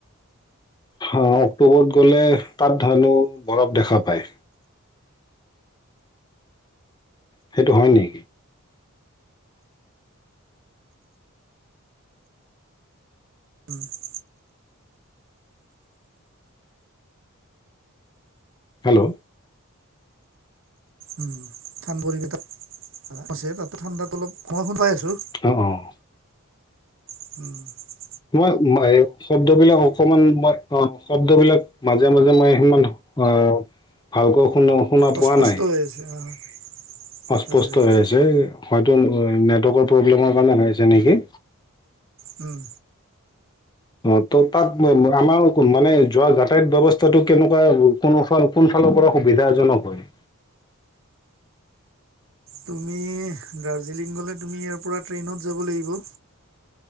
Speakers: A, on the left; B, on the right.
A: অ', অক্টোবৰত গ'লে তাত ধানো বৰফ দেখা পায়। সেইটো হয় নেকি?
B: অ'।
A: হেল্ল'।
B: উম, থান পৰিবেশত আছে, তাতে ঠাণ্ডাটো অলপ কম পাই আছো।
A: অ', অ'।
B: অ'।
A: মই, মই শব্দবিলাক অকমান মই অ' শব্দবিলাক মাজে মাজে মই সিমান আহ ভালকৈ শুন, শুনা
B: অস্পষ্ট
A: পোৱা নাই।
B: আছে অ <unintelligible>
A: অস্পষ্ট
B: হয়
A: হৈ আছে, হয়তো নেটৱৰ্কৰ প্ৰব্লেমৰ কাৰণে হৈ আছে নেকি?
B: উম।
A: অ', ত' তাত আমাৰ মানে যোৱা যাতায়ত ব্যৱস্থাটো কেনেকুৱা? কোনফাল, কোনফালৰ পৰা সুবিধাজনক হয়?
B: তুমি দাৰ্জিলিং গ'লে তুমি ইয়াৰপৰা ট্ৰেইনত যাব লাগিব।